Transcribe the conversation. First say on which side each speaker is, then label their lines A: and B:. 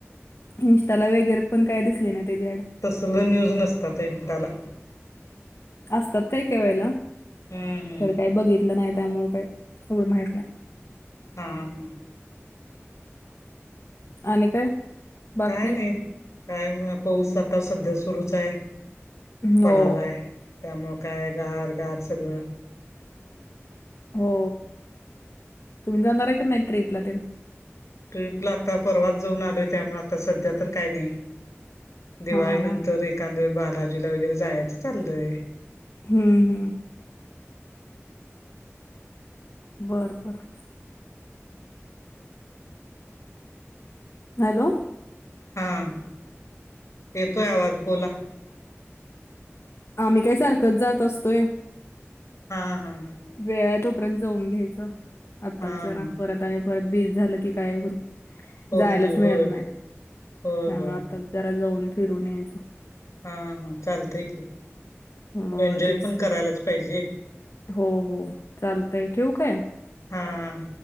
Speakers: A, on the left (about 60°); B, on the left (about 85°).
A: इन्स्टॉला वगैरे पण काय दिसले नाही त्याची आईडी.
B: तसलं न्यूज नसत तें इंटाला.
A: असतात काय के वळेला
B: हम्म हम्म
A: तर काही बघितलं नाही त्यामुळं काही एवढं माहित नाही.
B: हा हा.
A: आणि काय? बाकी
B: काय नाही, काय म पाऊस आता सध्या सुरूच आहे.
A: हो
B: पडालाय त्यामुळं काय गार, गार सगळं.
A: हो तुम्ही जाणार आहे का नाही ट्रीपला तेन?
B: ट्रिपला आता परवाच जाऊन आलोय त्यामुळे आता सध्या तर काय नाही. दिवाळी
A: हा
B: नंतर
A: हा
B: एकांद वेळ बालाजीला वगैरे जायचं चालय.
A: हम्म हम्म. बर बर. हॅलो!
B: हां, येतोय आवाज बोला.
A: आम्ही काय सारखंच जात असतोय.
B: हा हा.
A: वेळ तोपर्यंत जाऊन घ्यायचं आत्ताच
B: हा हा
A: जरा परत आणि परत बीज झालं की काय हो.
B: होत
A: जायलाच
B: होय
A: मिळत नाही
B: होय
A: त्यामुळे
B: होय
A: आताच जरा जाऊन फिरून यायचं.
B: हा हा चालतंय की,
A: हो
B: एन्जॉय
A: तेच
B: पण
A: की
B: करायलाच पाहिजे.
A: हो हो चालतंय, ठिऊ काय?
B: हां.